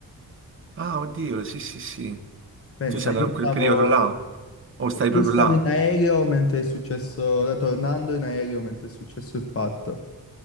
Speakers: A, on the right (about 35°); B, on the left (about 40°).
A: Ah, oddio, sì, sì, sì.
B: Pensa,
A: Tu sei andato
B: io
A: in
B: stavo,
A: quel periodo là? O stai
B: io
A: proprio
B: stavo
A: là?
B: in aereo mentre è successo, tornando in aereo mentre è successo il fatto.